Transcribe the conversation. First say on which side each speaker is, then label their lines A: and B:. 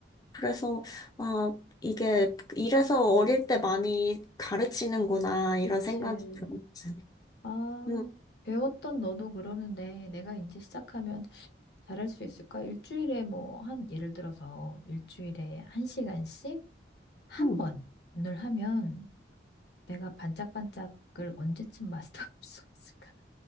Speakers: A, on the left; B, on the left.
A: 그래서, 아, 이게, 이래서 어릴 때 많이 가르치는구나,
B: 그치.
A: 이런 생각이 들었지.
B: 아,
A: 음,
B: 배웠던 너도 그러는데 내가 이제 시작하면 잘할 수 있을까? 일주일에 뭐 한 예를 들어서 일주일에 한 시간씩 한
A: 음,
B: 번을 하면 내가 반짝반짝을 언제쯤 마스터할 <laughs> 수 있을까?